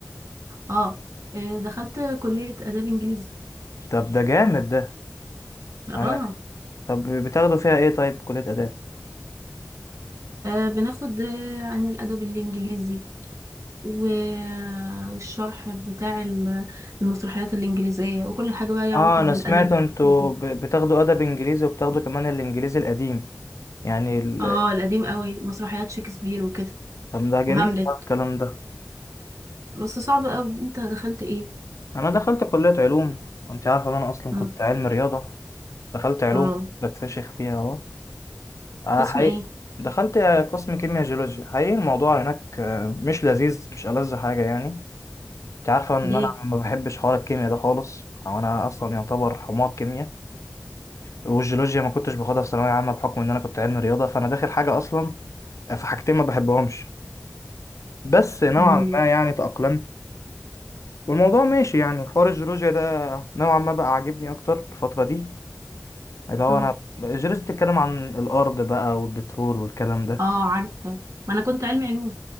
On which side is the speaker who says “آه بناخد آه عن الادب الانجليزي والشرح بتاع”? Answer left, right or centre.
Right